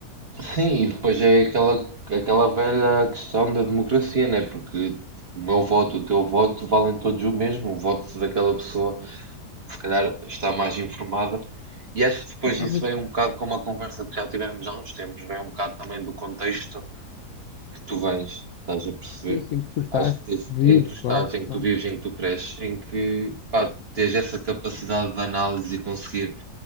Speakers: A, on the right; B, on the left.
A: Sim, e depois é aquela, aquela velha questão da democracia, né? Porque o meu voto, o teu voto, valem todos o mesmo. O voto daquela pessoa, que se calhar, está mais informada. E acho que depois
B: Epá,
A: disso
B: mas
A: vem um bocado com uma conversa que já tivemos há uns tempos, vem um bocado também do contexto que tu vens, estás a perceber?
B: sim, sim, tu estás,
A: Acho que tens-
B: vive,
A: em que tu estás,
B: claro,
A: em que
B: claro.
A: tu vives, em que tu cresces, em que, pá, tens essa capacidade de análise e conseguir